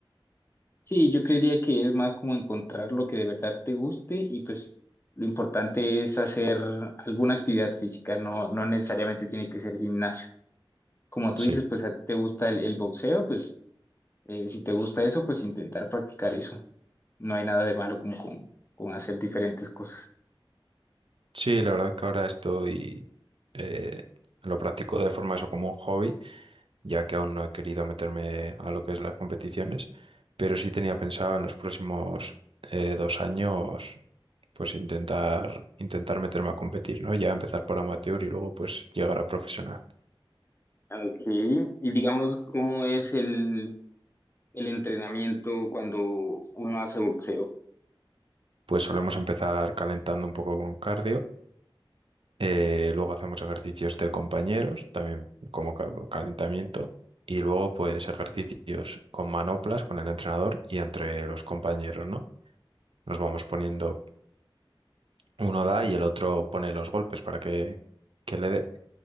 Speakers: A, on the left; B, on the right.
A: Sí, yo creería que es más como encontrar lo que de verdad te guste y pues lo importante es hacer alguna actividad física, no, no necesariamente tiene que ser gimnasio. Como tú
B: Sí,
A: dices, pues a ti te gusta el, el boxeo, pues eh, si te gusta eso, pues intentar practicar eso. No hay nada de malo como con, con hacer diferentes cosas.
B: sí, la verdad que ahora estoy... eh, lo practico de forma eso como un hobby, ya que aún no he querido meterme a lo que es las competiciones, pero sí tenía pensado en los próximos eh, dos años, pues intentar, intentar meterme a competir, ¿no? Ya empezar por amateur y luego pues llegar a profesional.
A: Ok, y digamos, ¿cómo es el, el entrenamiento cuando uno hace boxeo?
B: Pues solemos empezar calentando un poco con cardio, eh, luego hacemos ejercicios de compañeros, también como ca- calentamiento. Y luego, pues, ejercicios con manoplas, con el entrenador y entre los compañeros, ¿no? Nos vamos poniendo, uno da y el otro pone los golpes para que, que le dé.